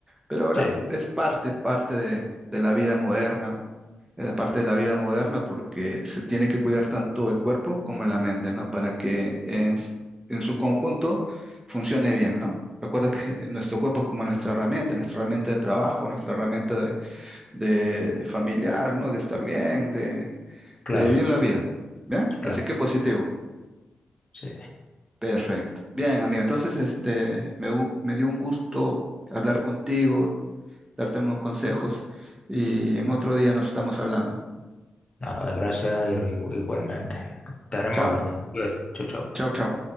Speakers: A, on the right; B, on the left.
A: Pero ahora
B: sí,
A: es parte, parte de, de la vida moderna es parte de la vida moderna porque se tiene que cuidar tanto el cuerpo como la mente, ¿no? Para que en, s- en su conjunto funcione bien, ¿no? Recuerda que <laughs> nuestro cuerpo es como nuestra herramienta, nuestra herramienta de trabajo, nuestra herramienta de, de familiar, ¿no? De estar bien, de,
B: claro,
A: de vivir la vida. ¿Bien?
B: claro,
A: Así que positivo.
B: sí.
A: Perfecto. Bien, amigo. Entonces, este, me, gu- me dio un gusto hablar contigo, darte unos consejos y en otro día nos estamos hablando.
B: Nada, gracias, Jairo, igu- igualmente. Estaremos
A: Chao,
B: hablando. Cuídate, chao, chao.
A: chao, chao.